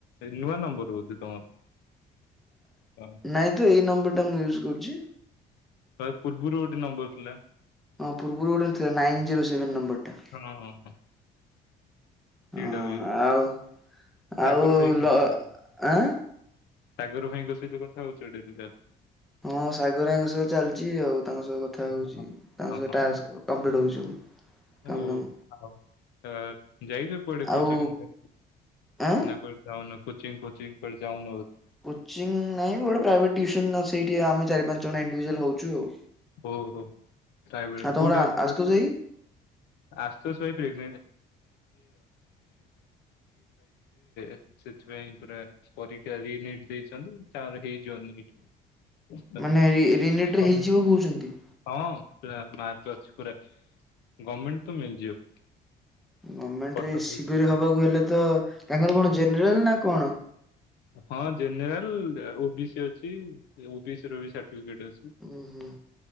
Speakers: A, on the left (about 80°); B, in the centre.
A: ଏ ନୂଆ ନମ୍ବର ହଉଚି ତମର ହଁ।
B: ନାଇଁ ତ ଏଇ ନମ୍ବରଟା ମୁଁ ୟୁଜ୍ କରୁଚି।
A: <unintelligible> ପୂର୍ବରୁ ଗୋଟେ ନମ୍ବର ଥିଲା।
B: ହଁ ପୂର୍ବରୁ ଗୋଟେ ଥିଲା ନାଇନ୍ ଜିରୋ ସେଭେନ୍ ନମ୍ବର୍ ଟା।
A: <unintelligible> ସେଇଟା
B: ହଁ
A: ଇଏ
B: ଆଉ ଆଉ
A: ସାଗର ଭାଇ କେମିତି
B: ଲ
A: ଅଛନ୍ତି
B: ଆଁ
A: ସାଗର ଭାଇଙ୍କ ସହିତ କଥା ହଉଚ ଡେଲି। <unintelligible>
B: ହଁ ସାଗର ଭାଇଙ୍କ ସହ ଚାଲିଚି ଆଉ ତାଙ୍କ ସହ କଥା କଥା ହଉଚି
A: ହଁ
B: ତାଙ୍କ
A: ହଁ
B: ସହ ଟାସ୍କ୍ କମ୍ପ୍ଲିଟ୍ <unintelligible>
A: ହଉ
B: କାମ ଦାମ
A: ଆଉ ଆ-ଯାଇଚ କୁଆଡେ
B: ଆଉ
A: <unintelligible>
B: ଆଁ
A: ନା କୁଆଡେ ଯାଉନ କୋଚିଙ୍ଗ୍ କୋଚିଙ୍ଗ୍ କୁଆଡେ ଯାଉନ ବୋ
B: କୋଚିଂ ନାଇଁ ଗୋଟେ ପ୍ରାଇଭେଟ୍ ଟ୍ୟୁସନ୍ ସେଇଠି ଆମେ ଚାରି ପାଞ୍ଚ ଜଣ ଇଣ୍ଡିଭିଜୁଆଲ୍ ହଉଚୁ ଆଉ।
A: <unintelligible>
B: ଆଉ ତମର ଆଶୁତୋଷ ଭାଇ
A: <unintelligible> ନିଟ୍ ପାଇ ଯିବେ ଏ-ସେଥିପାଇଁ ପୁରା ପରୀକ୍ଷା ରି ନିଟ୍ ଦେଇଚନ୍ତି ତାପରେ ହେଇଯିବ ନିଟ୍। ଗମେଣ୍ଟ
B: ମାନେ ରି- ରି ନିଟ୍ ରେ ହେଇଯିବ କହୁଚନ୍ତି।
A: ହଁ ପୁରା ମାର୍କ ଅଛି ପୁରା ଗମେଣ୍ଟ୍ ତ ମିଳିଯିବ।
B: ଗମେଣ୍ଟ୍
A: Cuttack
B: ରେ A C
A: BPD
B: B ହବାକୁ ହେଲେ ତ ତାଙ୍କର କଣ ଜେନେରାଲ୍ ନା କଣ?
A: ହଁ ଜେନେରାଲ୍ ଓ ବି ସି ଅଛି ଓ ବି ସି ର ବି ସାର୍ଟିଫିକେଟ୍ ଅଛି।
B: ହୁଁ- ହୁଁ